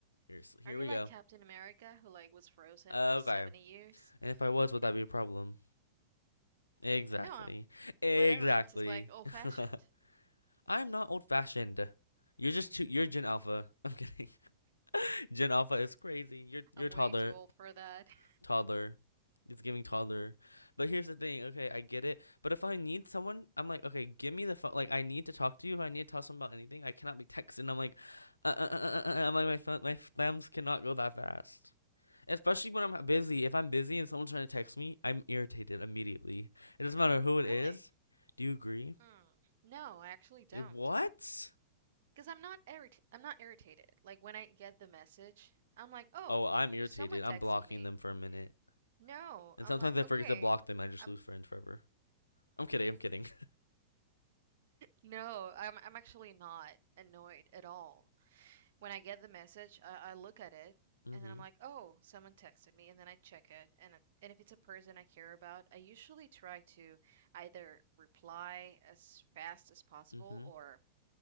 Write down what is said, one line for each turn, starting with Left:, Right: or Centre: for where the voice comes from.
Left: Here's here
Right: Are you
Left: we
Right: like
Left: go.
Right: Captain America who like was frozen
Left: Uh,
Right: for 70
Left: Okay.
Right: years?
Left: And if I was, would
Right: Eh,
Left: that be a problem? Exactly.
Right: No, I'm
Left: Exactly.
Right: whatever. It's just like old fashioned.
Left: <laughs> I'm not old fashioned. You're just too. You're Gen Alpha. I'm kidding. <laughs> Gen Alpha is crazy. You're you're
Right: I'm way
Left: toddler.
Right: too old for that. <laughs>
Left: Toddler. It's giving toddler. But here's the thing. Okay, I get it. But if I need someone, I'm like, okay, give me the phone. Like, I need to talk to you. If I need to tell someone about anything, I cannot be texting. I'm like, uh, uh, uh, uh, uh. uh, I'm like, my phone, my thumbs cannot go that fast. Especially when I'm busy. If I'm busy and someone's trying to text me, I'm irritated immediately. It doesn't matter who it
Right: Really?
Left: is. Do you agree?
Right: Hmm. No, I actually don't.
Left: What?
Right: Because I'm not irrit I'm not irritated. Like when I get the message, I'm like, "Oh,
Left: oh, I'm irritated.
Right: someone
Left: I'm
Right: texted
Left: blocking
Right: me."
Left: them for a minute.
Right: No,
Left: And
Right: I'm
Left: sometimes
Right: like,
Left: I
Right: "Okay,
Left: forget to block them. I just
Right: I'm
Left: lose friends forever. I'm kidding. I'm kidding. <laughs>
Right: No, I'm I'm actually not annoyed at all. When I get the message, I, I look at it
Left: Mm-hmm.
Right: and then I'm like, oh, someone texted me, and then I check it, and it- and if it's a person I care about, I usually try to either reply as fast as possible
Left: Mm-hmm.
Right: or